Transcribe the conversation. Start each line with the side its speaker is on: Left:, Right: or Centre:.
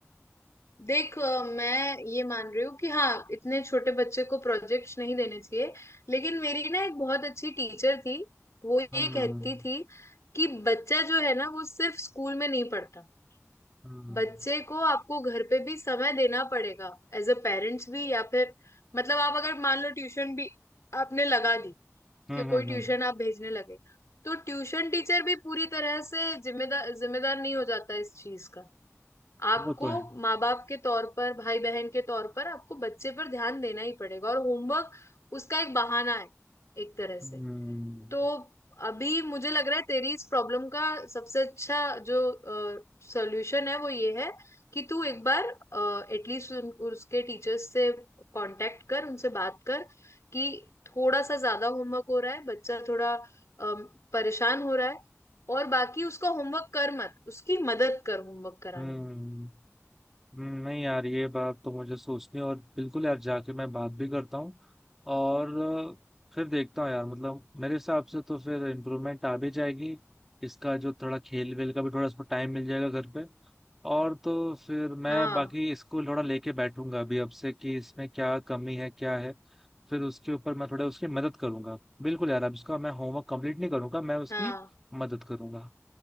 Left: देख अ, मैं ये मान रही हूँ कि हाँ इतने छोटे बच्चे को प्रोजेक्ट्स नहीं देने चाहिए लेकिन मेरी ना एक बहुत अच्छी टीचर थी वो ये
Centre: हम्म
Left: कहती थी कि बच्चा जो है ना वो सिर्फ स्कूल में नहीं पढ़ता
Centre: हम्म
Left: बच्चे को आपको घर पे भी समय देना पड़ेगा एज अ पेरेंट्स भी या फिर मतलब आप अगर मान लो ट्यूशन भी आपने लगा दी
Centre: हम्म
Left: कि
Centre: हम्म
Left: कोई
Centre: हम्म,
Left: ट्यूशन
Centre: हम्म, हम्म,
Left: आप भेजने लगे तो ट्यूशन टीचर भी पूरी तरह से जिम्मेदार जिम्मेदार नहीं हो जाता इस चीज का आपको
Centre: वो तो है
Left: माँ बाप के तौर पर भाई बहन के तौर पर आपको बच्चे पर ध्यान देना ही पड़ेगा और होमवर्क उसका एक बहाना है एक तरह
Centre: हम्म
Left: से तो अभी मुझे लग रहा है तेरी इस प्रॉब्लम का सबसे अच्छा जो सॉल्यूशन है वो ये है कि तू एक बार एटलीस्ट उसके टीचर्स से कांटेक्ट कर उनसे बात कर कि थोड़ा सा ज्यादा होमवर्क हो रहा है बच्चा थोड़ा अम, परेशान हो रहा है और बाकी उसका होमवर्क कर मत उसकी मदद कर होमवर्क कराने
Centre: हम्म
Left: में
Centre: हम्म, नहीं यार ये बात तो मुझे सोचनी और बिल्कुल यार जाके मैं बात भी करता हूँ और अ, फिर देखता हूँ यार मतलब मेरे हिसाब से तो फिर इम्प्रूवमेंट आ भी जाएगी इसका जो थोड़ा खेल वेल का भी थोड़ा इसको टाइम मिल जाएगा घर पे और तो फिर मैं
Left: हाँ
Centre: बाकी इसको थोड़ा लेके बैठूंगा अभी अब से कि इसमें क्या कमी है क्या है फिर उसके ऊपर मैं थोड़ा उसकी मदद करूंगा बिल्कुल यार अब इसका मैं होमवर्क कंप्लीट नहीं करूंगा मैं उसकी
Left: हाँ
Centre: मदद करूंगा